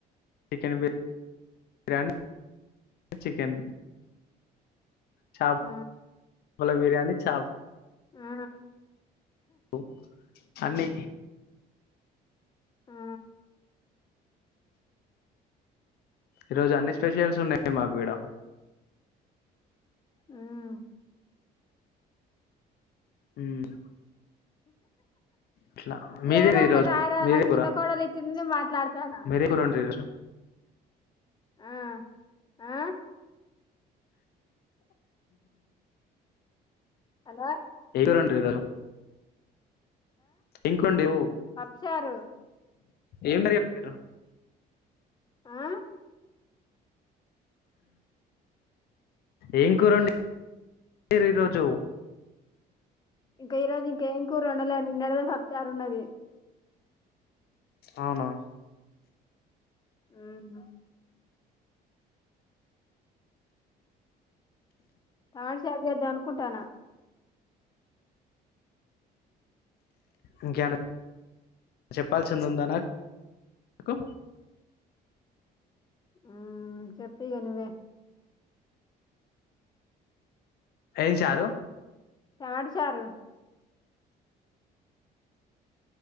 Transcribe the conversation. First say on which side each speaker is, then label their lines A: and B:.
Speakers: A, on the left (about 70°); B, on the left (about 25°).
A: చికెన్ బిర్యానీ చికెన్. చాప్
B: ఆ
A: పల బిర్యానీ డి చాబ్
B: ఆ
A: ఉ అండి
B: ఆ
A: ఈ రోజు అన్ని స్పెషల్స్ ఉన్నాయి మాకు ఈడ
B: మ్
A: హు మ్ ఇట్లా మీదేది
B: ఏదో ఒకటి
A: ఈరోజు
B: ఆార
A: మీదే
B: నాకు
A: కూర
B: చిన్న కోడలు ఇచ్చింది, మాట్లాడతానా
A: మీరే కూర వండిర్రు
B: ఆ ఆ. హలో
A: టే రెంట్ ఈ రో ఇంకోండి ఓ
B: చ్చారు
A: ఏం మరి ప్తర్ర
B: ఆ
A: ఏం కూర <inaudible> అండిమీరు ఈ రోజు
B: ఇంక ఈ రోజు ఇం కేం కూర వొండలే నిన్నడిదే పప్పు చారు ఉన్నది
A: అవునా
B: ఆహ తాటశారు జెద్దా అనుకుంటన్న
A: ఇంకెమన్నా చెప్పాల్సింది ఉందా నాకు
B: ఊ చెప్పుఇగా నువ్వే
A: ఏం చారు
B: తాటచారు